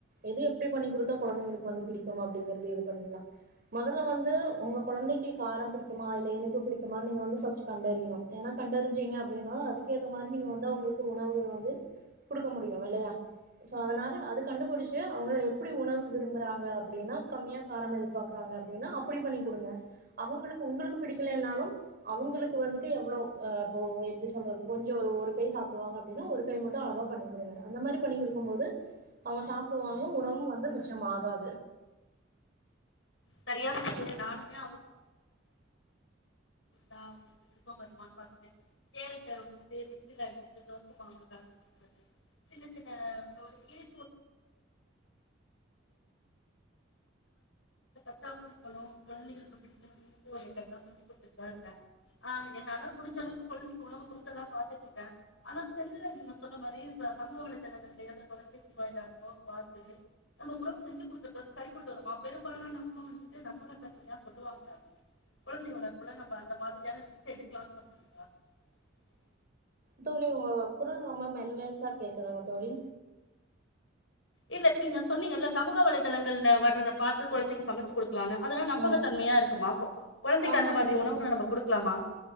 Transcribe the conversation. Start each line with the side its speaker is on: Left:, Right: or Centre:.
Right: எது எப்டி பண்ணி குடுத்தா கொழந்தைங்களுக்கு வந்து பிடிக்கும் அப்டிங்கிறது இது பண்ணிக்குலா மொதல்ல வந்து உங்க கொழந்தைக்கு காரம் பிடிக்குமா இல்ல இனிப்பு பிடிக்குமான்னு நீங்க வந்து ஃபஸ்ட் கண்டறியணும் ஏனா கண்டறிஞ்சிங்க அப்டின்னா அதுக்கேத்த மாரி நீங்க வந்து அவுங்களுக்கு உணவுகள் வந்து குடுக்க முடியு இல்லையா சோ அதனால அது கண்டுபிடிச்சு அவுங்க எப்புடி உணவு விரும்புறாங்க அப்டின்னா கம்மியா காரமா எதிர்பார்க்குறாங்க அப்டின்னா அப்டி பண்ணி் குடுங்க அவுங்களுக்கு உங்குளுக் பிடிக்கலைனாலும் அவுங்களுக் வந்துட்டு எவ்ளோவ் அஹா போ எப்டி சொல்றது கொஞ்சோ ஒர் ஒரு கை சாப்புடுவாங்க அப்பிடின்னா ஒரு கை மட்டும் அழவா பண்ணி் குடுங்க அந்த மாரியி பண்ணி குடுக்கும்போது அவுங் சாப்புடுவாங்க உணவும் வந்து மிச்சமாகாது
Left: சரியா இங்க நானுமே நாம் <unintelligible> கேரட்டை வந்துட்டு மிக்சில அடிச்சுட்டு தோச மாவுல கலந்து சின்ன சின்ன <unintelligible> <unintelligible> அஹா என்னால முடுஞ்ச வரைக்கும் கொழந்திக்கு உணவு கொடுக்கதா பாத்துட்டு இருக்கே அனா <unintelligible> நீ சொன்ன மாரி <unintelligible> நம்ம உணவு செஞ்சு குடுக்குறது சரிபட்டு வருமா பெரும்பாலான <unintelligible> சொல்லுவாங்கா கொழந்தயோட <unintelligible> அந்த மாதிரியான ரிஸ்க் எடுக்கலாம்னு <unintelligible>
Right: தோழி உங்க குரல் ரொம்ப மெல்லியஸ்சா கேக்குதுங் தோழி
Left: இல்ல நீங்க சொன்னீங்கில்ல சமூக வலைதளங்கள்ல வர்றத பார்த்து கொழந்தைக் சமைச்சு குடுக் குல்லான்னு அதெல்லா நம்பகத்தன்மையா
Right: ம்
Left: இருக்குமா கொ கொழந்திக்கு
Right: ஆமாங்க
Left: அந்த மாதிரி
Right: தோழி
Left: உணவுகள நம்ம குடுக்குலாமா